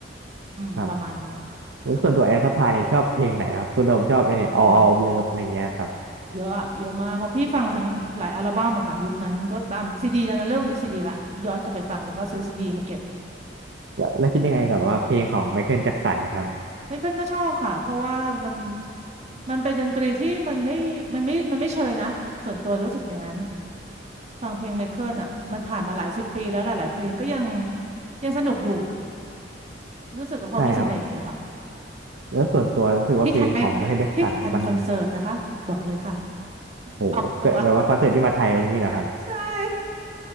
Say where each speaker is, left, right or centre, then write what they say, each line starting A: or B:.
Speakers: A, on the right (about 35°); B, on the right (about 70°).
A: อืมประมาณหนึ่ง
B: ครับแล้วส่วนตัวแอสพายเนี่ยชอบเพลงไหนครับส่วนตัวผมชอบไอเนี่ยเอาเอาออฟเลิฟอะไรเงี้ยครับ
A: ค่ะโอ้เยอะอะเยอะมากเพราะพี่ฟังทั้งหลายอัลบั้มอะค่ะยุคนั้นก็ตามซีดีนันเริ่มเป็นซีดีละย้อนกลับไปฟังแล้วก็ซื้อซีดีมาเก็บ
B: แล้วแล้วคิดยังไงกับว่าเพลงของไมเคิลแจ็คสันนะครับ
A: สมัยโบราณไมเคิลก็ชอบค่ะเพราะว่ามันมันเป็นดนตรีที่มันไม่มันไม่มันไม่เชยนะส่วนตัวรู้สึกอย่างนั้น ฟังเพลงไมเคิลอ่ะมันผ่านมาหลายสิบปีแล้วหลายๆเพลงก็ยังยังสนุกอยู่รู้สึกว่าเขามีเสน่ห์อะค่ะ
B: ใช่ครับแล้วส่วนตัวรู้สึกว่าเพลงของไมเคิลแจ็คสันมัน
A: พี่ทันไหมพี่ทันคอนเสิร์ตนะคะบอกเลยค่ะ
B: โอ้โหเคยแบบว่าคอนเสิร์ตที่มาไทยอะไรอย่างนี้เหรอครับ
A: ออกตัว <laughs> ใช่